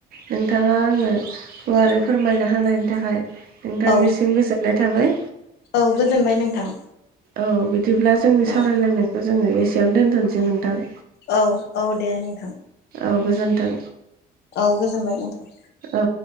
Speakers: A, on the right; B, on the left.
A: नोंथाङा आंनो गुवारै फोरमायना होनायनि थाखाय नोंथांनिसिम
B: औ
A: गोजोननाय थाबाय।
B: औ गोजोनबाय नोंथां।
A: औ बिदिब्ला जोंनि
B: औ
A: सावरायलायनायखौ जोङो एसेयावनो दोनथ'नोसै नोंथां।
B: औ औ दे नोंथां।
A: औ गोजोन्थों।
B: औ गोजोनबाय नोंथां।
A: औ।